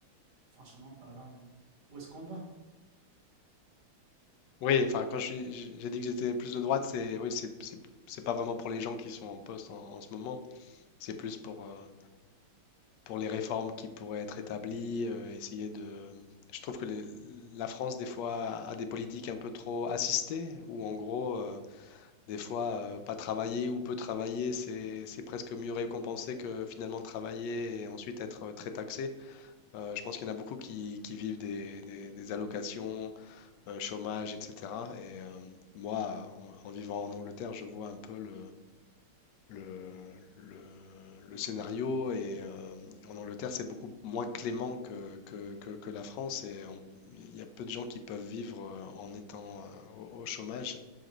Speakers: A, on the right; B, on the left.
A: franchement parlant, où est-ce qu'on va?
B: oui. Enfin, quand je suis- j- j'ai dit que j'étais plus de droite, c'est oui, c'est c'est- c'est pas vraiment pour les gens qui sont en poste en, en ce moment. C'est plus pour euh, pour les réformes qui pourraient être établies. euh, essayer de. Je trouve que les- la France des fois a, a des politiques un peu trop assistées, où en gros, euh, des fois, euh, pas travailler ou peu travailler, c'est c'est presque mieux récompensé que finalement travailler et ensuite être euh, très taxé. Euh, je pense qu'il y en a beaucoup qui, qui vivent des, des- des allocations euh, chômage, etc. Et euh, moi, en, en vivant en Angleterre, je vois un peu le, le, le- le scénario. Et euh, en Angleterre, c'est beaucoup moins clément que, que, que- que la France. Et on- il y a peu de gens qui peuvent vivre euh, en étant euh, au, au chômage.